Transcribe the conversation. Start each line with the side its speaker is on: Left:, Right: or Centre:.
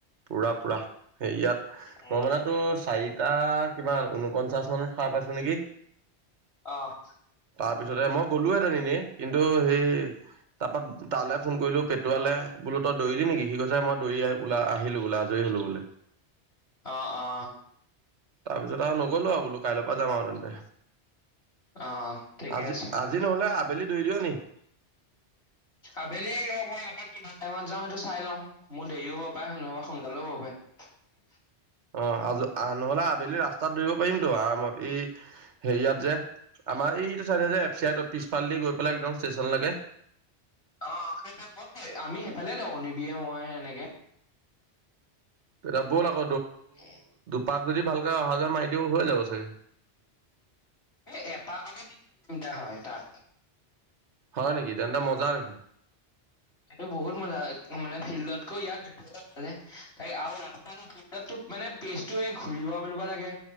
Right: পুৰা পুৰা ইয়াত
Left: উম
Right: মই মান তোৰ চাৰিটা কিবা ঊনপঞ্চাশ মানত হাৰ পাইছো নেকি
Left: আহ্
Right: তাৰ পিছতে মই গলো হেতেন এনে কিন্তু সেই তাৰপা তালৈ ফোন কৰিলো পেটুৱা তাল বো ত দৌৰি দি নে সি কৈছে মই দৌৰি ল আহিলো বোলে আজৰি হলোঁ বোলে।
Left: অ অ
Right: তাৰপিছত আৰু নগলো আৰু বোলো কাইলৈৰ পৰা যাম আৰু তেন্তে
Left: অ ঠিকে
Right: আজি
Left: আছে
Right: আজি নহ'লে আবেলি দৰি দিয় নেকি
Left: আবেলি ৰ মই আপাক কিমান টাইমত যাওঁ টো চাই লও মোৰ দেৰিও হ'ব পাৰে নহবা সোনকালেও হ'ব পাৰে
Right: অ আ নহলে আবেলি ৰাস্তাত দৌৰিব পাৰিমতো আৰামত এই হেৰিয়াত ইয়াত যে আমাৰ এইটো চাইডে যে এফ চি পিছফালে দি গৈ পেলাই একদম ষ্টেচনলৈকে
Left: অ সেই মই আমি সেইফালে দেওঁ নিবিয়ে মই সেনেকে
Right: তেতিয়া হ'ল আক
Left: হম
Right: পাক যদি ভালকে অহা যোৱা মাৰি দিও হৈ যাব চাগে
Left: এই এপাহতে তিনি কিলোমিটাৰ হয় তাত
Right: হয় নেকি তেন্তে মজা দেখোন।
Left: সেইটো বহুত মজা মানে ফিল্ডতকৈ ইয়াত জোখ ভালে ত আৰু ৰাস্তা ফিল্ডতো মানে পেজ টো এই ঘূৰিব মেলিব লাগে